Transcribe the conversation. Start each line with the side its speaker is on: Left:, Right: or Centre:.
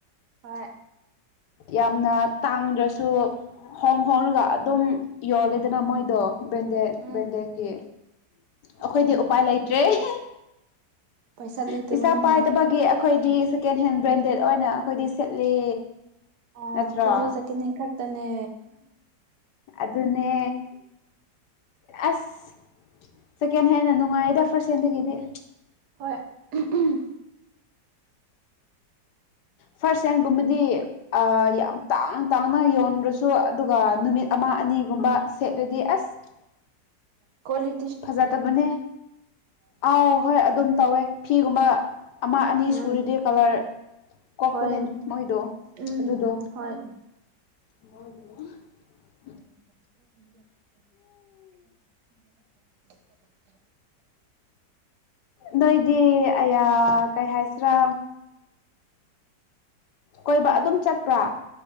Right: ꯍꯣꯏ
Left: ꯌꯥꯝꯅ ꯇꯥꯡꯗ꯭ꯔꯁꯨ ꯍꯣꯡ ꯍꯣꯡꯉꯒ ꯑꯗꯨꯝ ꯌꯣꯜꯂꯦꯗꯅ ꯃꯣꯏꯗꯣ ꯕ꯭ꯔꯦꯟꯗꯦꯠ
Right: ꯎꯝ
Left: ꯕ꯭ꯔꯦꯟꯗꯦꯠꯀꯤ
Right: ꯎꯝ
Left: ꯑꯩꯈꯣꯏꯗꯤ ꯎꯄꯥꯏ ꯂꯩꯇꯦ ꯇꯦ <unintelligible>
Right: ꯄꯩꯁꯥ ꯂꯩꯇꯕꯅꯤꯅ
Left: ꯄꯩꯁꯥ ꯄꯥꯏꯗꯕꯒꯤ ꯑꯩꯈꯣꯏꯗꯤ ꯁꯦꯀꯦꯟ ꯍꯦꯟ ꯕ꯭ꯔꯦꯟꯗꯦꯗ ꯑꯣꯏꯅ ꯑꯩꯈꯣꯏꯗꯤ ꯁꯦꯠꯂꯦ
Right: ꯑ
Left: ꯅꯠꯇ꯭ꯔꯣ
Right: ꯑꯩꯈꯣꯏꯁꯨ ꯁꯦꯀꯦꯟ ꯈꯛꯇꯅꯦ
Left: ꯑꯗꯨꯅꯦ ꯑꯁ ꯁꯦꯀꯦꯟ ꯍꯦꯟꯅ ꯅꯨꯡꯉꯥꯏꯗ ꯐꯥꯔꯁ ꯍꯦꯟꯗꯒꯤꯗꯤ
Right: ꯍꯣꯏ <unintelligible>
Left: ꯐꯥꯔꯁ ꯍꯦꯟꯒꯨꯝꯕꯗꯤ ꯑ ꯌꯥꯝ ꯇꯥꯡꯅ ꯇꯥꯡꯅ ꯌꯣꯟꯗꯁꯨ ꯁꯨ ꯑꯗꯨꯒ ꯅꯨꯃꯤꯠ ꯑꯃ ꯑꯅꯤꯒꯨꯝꯕ ꯁꯦꯠꯂꯗꯤ ꯑꯁ
Right: ꯀꯣꯂꯤ
Left: ꯐꯖꯗꯕꯅꯦ ꯑꯥꯎ ꯍꯣꯏ ꯑꯗꯨꯝ ꯇꯧꯋꯦ ꯐꯤꯒꯨꯝꯕ ꯑꯃ ꯑꯅꯤ
Right: ꯎꯝ
Left: ꯁꯨꯔꯗꯤ ꯀꯂꯔ ꯀꯣꯛꯄꯅꯦ
Right: ꯍꯣꯏ
Left: ꯃꯣꯏꯗꯣ
Right: ꯎꯝ
Left: ꯑꯗꯨꯗꯣ
Right: ꯍꯣꯏ
Left: <unintelligible>
Right: <unintelligible>
Left: ꯅꯣꯏꯗꯤ ꯑꯌꯥ ꯀꯩ ꯍꯥꯏꯁꯤꯔꯥ ꯀꯣꯏꯕ ꯑꯗꯨꯝ ꯆꯠꯄ꯭ꯔꯥ